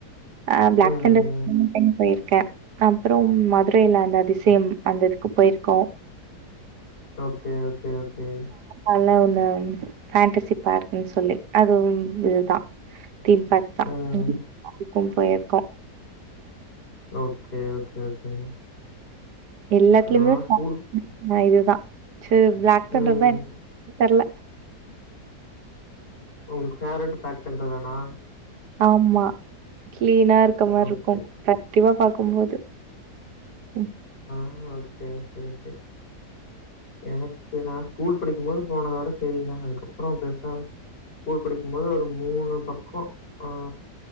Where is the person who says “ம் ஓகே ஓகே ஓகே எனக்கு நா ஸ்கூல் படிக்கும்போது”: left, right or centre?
Left